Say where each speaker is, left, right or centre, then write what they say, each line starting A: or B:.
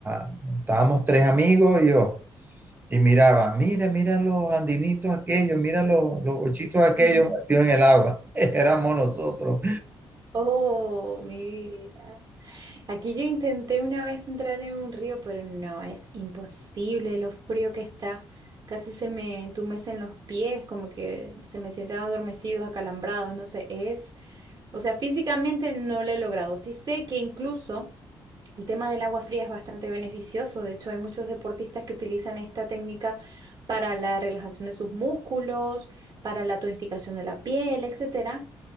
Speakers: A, on the right (about 20°); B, on the right (about 50°).
A: a, estábamos tres amigos y yo, y miraba, mira, mira los andinitos aquellos, mira los, los bochitos aquellos
B: Ujú.
A: metidos en el agua. <laughs> Éramos nosotros.
B: Oh, mira. Aquí yo intenté una vez entrar en un río, pero no, es imposible lo frío que está. Casi se me entumecen los pies, como que se me sienten adormecidos, acalambrados, no sé, es, o sea, físicamente no lo he logrado. Sí sé que incluso el tema del agua fría es bastante beneficioso. De hecho, hay muchos deportistas que utilizan esta técnica para la relajación de sus músculos, para la tonificación de la piel, etcétera.